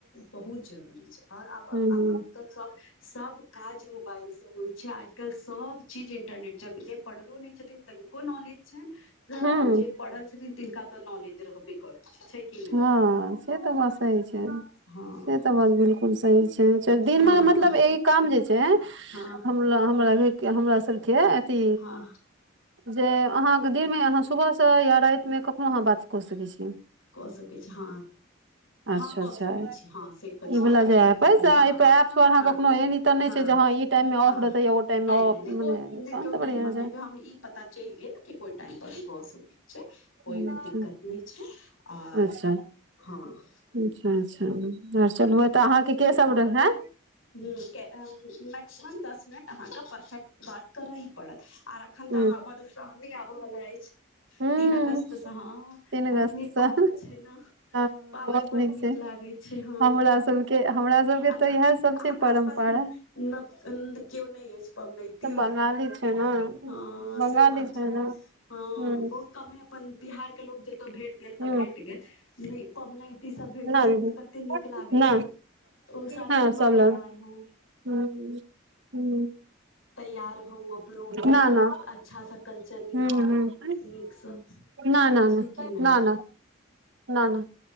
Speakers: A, on the left; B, on the right.
A: बहुत जरूरी छै आओर आब आब
B: हूँ
A: कऽ
B: हूँ
A: तऽ सभ सभ काज मोबाइल से होई छै आज कल सभ चीज इंटरनेट जे पढ़लो नहि छथिन तनको नॉलेज छनि
B: हूँ
A: आर जे पढ़ल छथिन तिनका तऽ नॉलेज रहबे करैत छै। कि नहि
B: ह से तऽ बसै छै से
A: हँ
B: तऽ बहुत बिल्कूल सही छै दिनमे
A: हँ
B: मतलब ई काम जे छै
A: हँ
B: न हमरा नै हमरा सबके अथी
A: हँ
B: जे अहाँके दिन मे अहाँ सुबह से या राति मे कखनो अहाँ बात कऽ सकै छीयै
A: कऽ सकै छी हँ
B: अच्छा
A: हँ कऽ
B: अच्छा
A: सकै छी हँ से कऽ
B: ई
A: छै
B: वला
A: कतौ
B: जे एप
A: भी कखनो
B: अइ से एहि
A: हँ
B: एप
A: हँ
B: पर अहाँ
A: हँ
B: कखनो
A: हँ
B: एनी तऽ नहि
A: हँ
B: छै जे ई टाइम मे
A: हँ
B: ऑफ रहतै या ओ टाइम
A: नै
B: मे ऑफ
A: नै नै
B: मने
A: कोय नै
B: तहन
A: कयोटाइ
B: तऽ बढ़िआँ
A: मम्मी
B: छै
A: हम ई पता चलि गेल कि कोइ टाइम प भी बस हो छै कोइ
B: अच्छा
A: उ दिक्कत नै छै आर
B: अच्छा
A: हँ
B: अच्छा अच्छा आर चलबै तऽ अहाँके के सब रहै
A: मैक्सिम दस मिनट अहाँके परफेक्ट बात करऽ ही पड़त आर एखन
B: हूँ
A: तऽ अहाँ मधुश्रावनि आबय वाला अछि
B: हूँ
A: तीन अगस्त स हँ
B: तीन
A: बहुत
B: अगस्त
A: नीक पाबनि
B: सँ
A: छै न
B: हँ
A: पाबनि
B: बहुत
A: बड नीक
B: छै
A: लागै छै हँ
B: हमरा सबके हमरा सबके
A: आ
B: तऽ
A: अबी
B: इएह सब
A: अहाँके
B: छै परम्परा
A: आसपास न केओ नै अछि पवनैती
B: तऽ बंगाली छै ने
A: हँ
B: बंगाली
A: से बात छै न
B: ने
A: हँ
B: हूँ
A: बहुत कमे अपन बिहार लोक जत भेट गेल तऽ
B: हूँ
A: भेट गेल नै पबनैती सब भेटै
B: ना दीदी
A: छथिन त कते नीक लागै
B: ना
A: छै ओ साथ
B: हँ
A: अपनो
B: सब
A: तैयार
B: लग
A: होव
B: हूँ हूँ
A: तैयार हो अपनो भी
B: ना ना
A: अच्छा सा कल्चर निभाउ
B: हूँ हूँ
A: नीकसँ
B: ना ना
A: छै
B: ना
A: कि नहि
B: ना ना ना ना